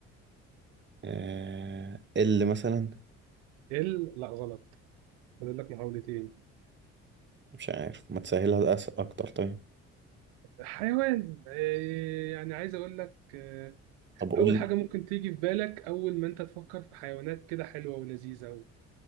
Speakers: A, on the right; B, on the right.
A: آه اللي مثلا
B: ال لا غلط فاضل لك محاولتين
A: مش عارف ما تسهلها أس- اكتر طيب
B: حيوان إيه يعني عايز اقول لك آه،
A: طب قول
B: اول
A: لي
B: حاجه ممكن تيجي في بالك اول ما انت تفكر في حيوانات كده حلوه ولذيذه و-